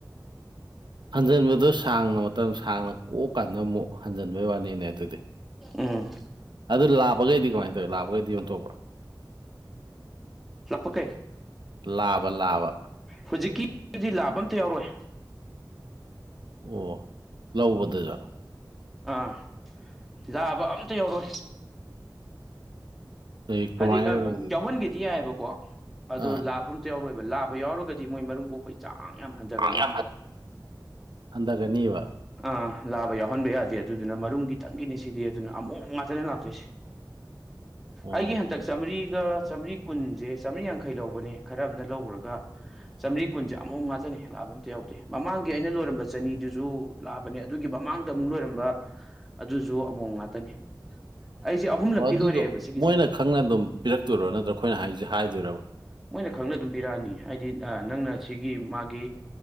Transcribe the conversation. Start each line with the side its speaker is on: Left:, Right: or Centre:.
Right: ꯍꯟꯖꯟꯕꯗꯣ ꯁꯥꯡꯅ ꯃꯇꯝ ꯁꯥꯡꯅ ꯀꯣꯛꯑꯀꯥꯟꯗ ꯑꯃꯨꯛ ꯍꯟꯖꯤꯟꯕꯩ ꯋꯥꯅꯤꯅꯦ ꯑꯗꯨꯗꯤ
Centre: ꯎꯝ
Right: ꯑꯗꯨ ꯂꯥꯕꯒꯩꯗꯤ ꯀꯃꯥꯏꯅ ꯇꯧꯋꯦ ꯂꯥꯕꯒꯩꯗꯤ ꯌꯣꯟꯊꯣꯛ
Centre: ꯂꯥꯞꯄ ꯀꯩ
Right: ꯂꯥꯕ ꯂꯥꯕ
Centre: ꯍꯧꯖꯤꯛꯀꯤꯗꯤ ꯂꯥꯕ ꯑꯝꯇ ꯌꯥꯎꯔꯣꯏ
Right: ꯑꯣ ꯂꯧꯕꯗꯖꯨ
Centre: ꯑꯥ ꯂꯥꯕ ꯑꯝꯇ ꯌꯥꯎꯔꯣꯏ
Right: ꯀꯩ ꯀꯃꯥꯏꯅ
Centre: ꯍꯥꯏꯗꯤ ꯌꯥꯎꯍꯟꯒꯦꯗꯤ ꯌꯥꯏꯌꯦꯕꯀꯣ ꯑꯗꯣ
Right: ꯑꯥ
Centre: ꯂꯥꯕ ꯌꯥꯎꯔꯣꯏꯕ ꯂꯥꯕ ꯌꯥꯎꯔꯒꯗꯤ ꯃꯣꯏ ꯃꯔꯨꯝ ꯀꯣꯛꯄ ꯆꯥꯡ ꯌꯥꯝ ꯍꯟꯗꯒꯅꯤ
Right: ꯌꯥꯝ ꯐ ꯍꯟꯊꯒꯅꯤꯕ
Centre: ꯑꯥ ꯂꯥꯕ ꯌꯥꯎꯍꯟꯕ ꯌꯥꯗꯦ ꯑꯗꯨꯗꯨꯅ ꯃꯔꯨꯝ ꯒꯤꯇꯪꯒꯤꯅꯤ ꯁꯤꯗꯤ ꯑꯗꯨꯅ ꯑꯃꯣꯝ ꯉꯥꯛꯇꯅꯦ ꯂꯥꯛꯇꯣꯏꯁꯦ
Right: ꯑꯣ
Centre: ꯑꯩꯒꯤ ꯍꯟꯗꯛ ꯆꯥꯃꯔꯤꯒ ꯆꯥꯝꯔꯤ ꯀꯨꯟꯖꯦ ꯆꯥꯝꯔꯤ ꯌꯥꯡꯈꯩ ꯂꯧꯕꯅꯦ ꯈꯔ ꯑꯃꯅ ꯂꯧꯒ꯭ꯔꯒ ꯆꯥꯝꯔꯤ ꯀꯨꯟꯖꯦ ꯑꯃꯣꯝ ꯉꯥꯇꯅꯦ ꯂꯥꯕ ꯑꯝꯇ ꯌꯥꯎꯗꯦ ꯃꯃꯥꯡꯒꯤ ꯑꯩꯅ ꯂꯣꯏꯔꯝꯕ ꯆꯅꯤꯗꯨꯖꯨ ꯂꯥꯕꯅꯦ ꯑꯗꯨꯒꯤ ꯃꯃꯥꯡꯗ ꯑꯃꯨꯛ ꯂꯣꯏꯔꯝꯕ ꯑꯗꯨꯖꯨ ꯑꯃꯣꯝ ꯉꯥꯇꯅꯦ ꯑꯩꯖꯦ ꯑꯍꯨꯝꯂꯛꯇꯤ
Right: ꯑꯣ ꯑꯗꯨꯗꯣ
Centre: ꯂꯣꯏꯔꯛꯑꯦꯕ ꯁꯤꯒꯤꯁꯦ
Right: ꯃꯣꯏꯅ ꯈꯪꯅ ꯑꯗꯨꯝ ꯄꯤꯔꯛꯇꯣꯏꯔꯣ ꯅꯠꯇ꯭ꯔꯣ ꯑꯩꯈꯣꯏꯅ ꯍꯥꯏꯖꯦ ꯍꯥꯏꯗꯣꯏꯔꯕ
Centre: ꯃꯣꯏꯅ ꯈꯪꯅ ꯑꯗꯨꯝ ꯄꯤꯔꯛꯑꯅꯤ ꯍꯥꯏꯗꯤ ꯅꯪꯅ ꯁꯤꯒꯤ ꯃꯥꯒꯤ